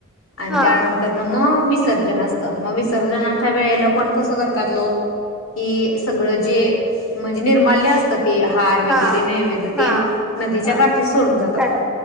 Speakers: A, on the left (about 70°); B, in the centre.
A: आणि
B: हा
A: त्यानंतर न मग विसर्जन अस मग विसर्जनाच्या वेळेला पण कसं कसं करतात लोक की सगळं जे म्हणजे निर्माल्य असतात ते हार वगैरे
B: हा
A: नैवेद नदीच्या
B: हा
A: काठी सोडून जातात
B: का